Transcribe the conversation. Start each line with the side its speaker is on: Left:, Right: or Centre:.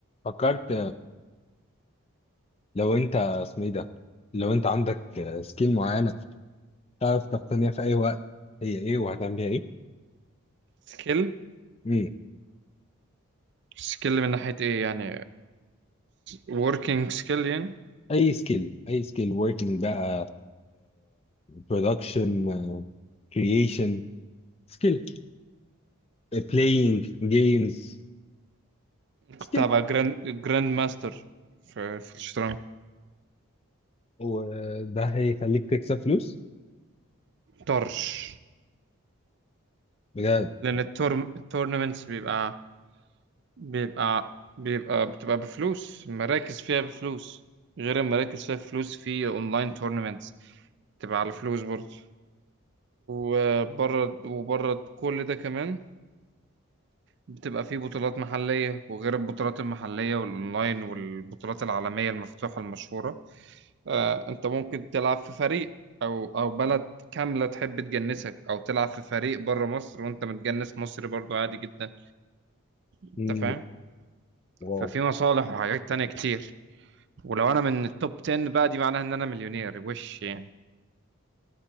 Left: فكرت لو انت اسمه ايه ده لو انت عندك سكيل معينه تعرف تقتنيها في اي وقت هي ايه وهتعمل بيها ايه
Right: سكيل
Left: مم.
Right: سكيل من ناحية ايه يعني وركينج سكيل يعني
Left: اي سكيل اي سكيل working بقى برودكشن كرييشن سكيل بلاينج جيمز سكيل
Right: كنت هبقى جراند جراند ماستر في في الشطرنج
Left: وده هيخليك تكسب فلوس
Right: طرش
Left: بجد
Right: لأن التورم التورنمنتس بيبقى بيبقى بيبقى بتبقى بفلوس مراكز فيها بفلوس غير المراكز فيها فلوس في اونلاين تورنمنتس بتبقى على فلوس برضه وبره وبره كل ده كمان بتبقى فيه بطولات محلية وغير البطولات المحلية والأونلاين والبطولات العالمية المفتوحة المشهورة آه، انت ممكن تلعب في فريق او او بلد كامله تحب تجنسك او تلعب في فريق بره مصر وانت متجنس مصري برضو عادي جدا انت
Left: مم.
Right: فاهم
Left: واو
Right: ففي مصالح وحاجات تانية كتير ولو انا من التوب 10 بقى دي معناها ان انا مليونير وش يعني